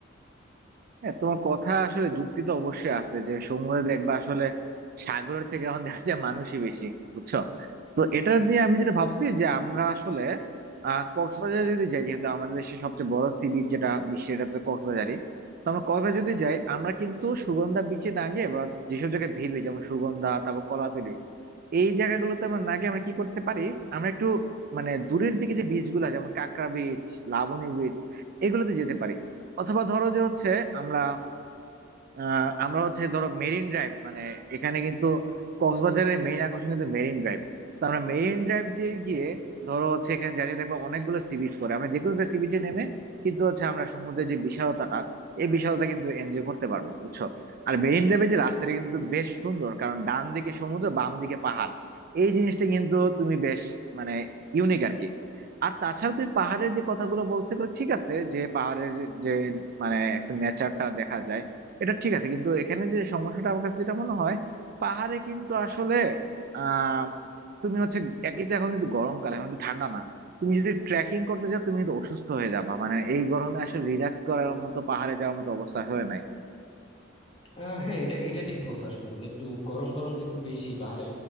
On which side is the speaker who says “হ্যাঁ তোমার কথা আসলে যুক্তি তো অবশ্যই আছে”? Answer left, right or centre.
Right